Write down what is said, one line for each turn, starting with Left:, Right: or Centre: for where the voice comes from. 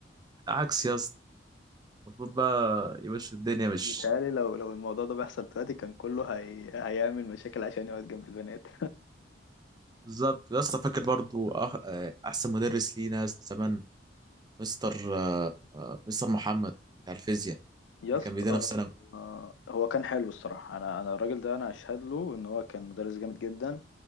Right: عكس يا اسطى المفروض بقى يا باشا الدنيا مش
Left: بيتهيألي لو لو الموضوع ده بيحصل دلوقتي كان كله هي... هيعمل مشاكل عشان يقعد جنب البنات
Right: بالظبط يا اسطى فاكر برضو أح... آه، احسن مدرس لينا يا اسطى زمان مستر آه، آه، مستر محمد بتاع الفيزياء
Left: يا
Right: اللي
Left: اسطى
Right: كان بيدينا في ثانوي
Left: آه، هو كان حلو الصراحه انا انا الراجل ده انا اشهد له ان هو كان مدرس جامد جدا